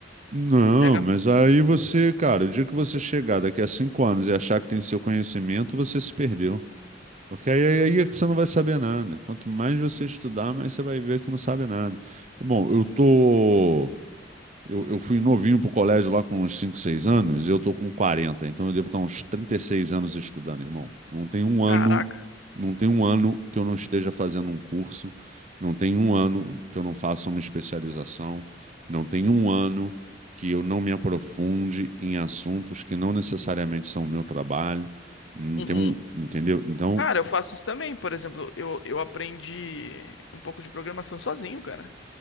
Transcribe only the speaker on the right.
Não,
mas aí você, cara, o dia que você chegar daqui a cinco anos e achar que tem seu conhecimento, você se perdeu. Porque aí, aí é que você não vai saber nada. Quanto mais você estudar, mais você vai ver que não sabe nada. Bom, eu tô Eu, eu fui novinho pro colégio lá com uns 5, 6 anos, e eu tô com 40, então eu devo estar uns 36 anos estudando, irmão. Não tem um ano,
não tem um ano que eu não esteja fazendo um curso, não tem um ano que eu não faça uma especialização, não tem um ano que eu não me aprofunde em assuntos que não necessariamente são o meu trabalho. Não
tem um, entendeu? Então,